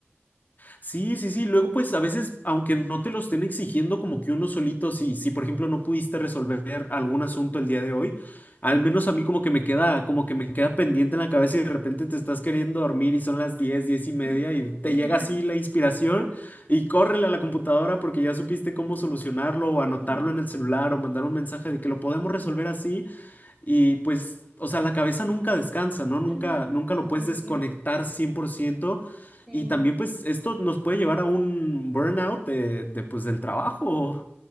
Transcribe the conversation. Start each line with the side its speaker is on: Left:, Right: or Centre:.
Left: Sí, sí, sí. Luego, pues a veces, aunque no te lo estén exigiendo, como que uno solito, si, si por ejemplo no pudiste resolver algún asunto el día de hoy, al menos a mí como que me queda, como que me queda pendiente en la cabeza y de repente te estás queriendo dormir y son las 10, 10 y media
Centre: <laughs>
Left: y te llega así la inspiración y córrele a la computadora porque ya supiste cómo solucionarlo o anotarlo
Centre: Ujú,
Left: en el celular o mandar un mensaje de que lo podemos resolver así. Y pues, o sea, la cabeza nunca descansa, ¿no? Nunca,
Centre: ujú,
Left: nunca lo
Centre: Definitivo.
Left: puedes desconectar cien por ciento
Centre: Sí.
Left: Y también, pues, esto nos puede llevar a un burnout de, de, pues, del trabajo.
Centre: Uf,